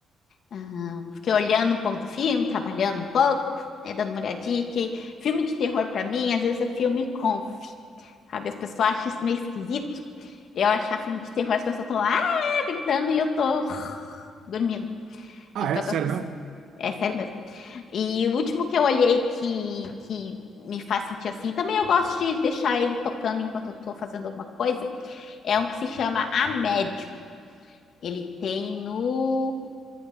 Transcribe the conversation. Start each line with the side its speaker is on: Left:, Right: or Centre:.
Left: Ah, fiquei olhando um pouco do filme, trabalhando um pouco, né, dando uma olhadinha, que filme de terror para mim, às vezes é filme conf, sabe? As pessoas acham isso meio esquisito. Eu achar filme de terror, as pessoas estão lá ah, gritando e eu tô dormindo.
Right: Ah,
Left: Então
Right: é? Sério
Left: as pessoas.
Right: mesmo?
Left: É sério mesmo. E o último que eu olhei que, que me faz sentir assim, também eu gosto de deixar ele tocando enquanto eu tô fazendo alguma coisa. É um que se chama A Médium. Ele tem no.